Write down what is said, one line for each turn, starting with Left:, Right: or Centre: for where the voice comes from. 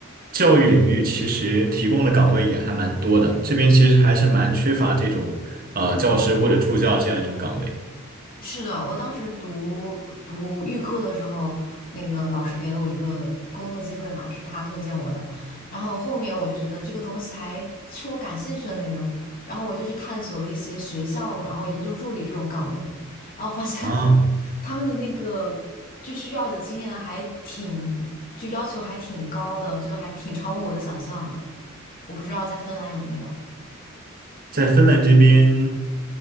Right: 教育领域其实提供的岗位也还蛮多的。这边其实还是蛮缺乏这种呃教师或者助教这样一种岗位。
Left: 是的，我当时读读预科的时候，那个老师给了我一个工作机会嘛，是他推荐我的。然后后面我就觉得这个东西还是我感兴趣的内容，然后我就去探索了一些学校，然后研究助理这种岗位，然后发现
Right: 啊，
Left: 他们的那个就需要的经验还挺，就要求还挺高的，就还挺超乎我的想象的。我不知道在芬兰有没有。
Right: 在芬兰这边。